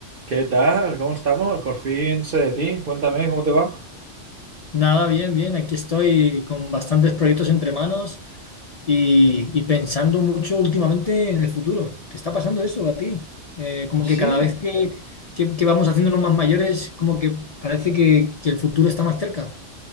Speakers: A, on the right (about 45°); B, on the left (about 50°).
A: ¿Qué tal? ¿Cómo estamos? Por fin sé de ti. Cuéntame, ¿cómo te va?
B: Nada, bien, bien. Aquí estoy con bastantes proyectos entre manos y, y pensando mucho últimamente en el futuro. ¿Te está pasando eso a ti? Eh, como que
A: Sí,
B: cada vez que, que, que vamos haciéndonos más mayores, como que parece que, que el futuro está más cerca.